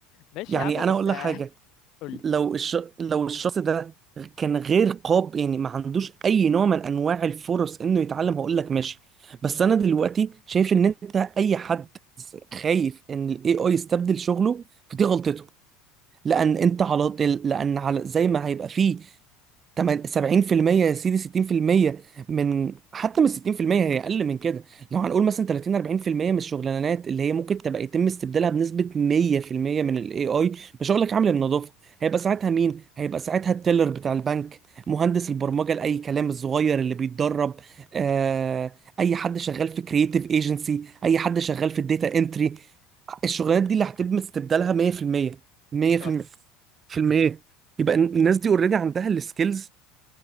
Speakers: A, on the left; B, on the right.
A: ماشي
B: يعني
A: يا عم بس
B: انا اقول
A: <laughs> آه،
B: لك حاجه
A: قولي
B: لو الش... لو الشخص ده كان غير قاب يعني ما عندوش اي نوع من انواع الفرص انه يتعلم هقول لك ماشي بس انا دلوقتي شايف ان انت اي حد خايف ان الاي اي يستبدل شغله فدي غلطته لان انت على لان على زي ما هيبقى فيه تمن- 70% يا سيدي 60% من حتى من 60% هي اقل من كده لو هنقول مثلا 30 40% من الشغلانات اللي هي ممكن تبقى يتم استبدالها بنسبه 100% من الاي اي مش هقول لك عامل النظافه هيبقى ساعتها مين هيبقى ساعتها التيلر بتاع البنك مهندس البرمجه لاي كلام الصغير اللي بيتدرب آه، اي حد شغال في كرييتيف ايجنسي اي حد شغال في الداتا انتري الشغلانات دي اللي هتتم استبدالها 100% 100%
A: اه
B: في المية في المية. يبقى الناس دي اوريدي عندها السكيلز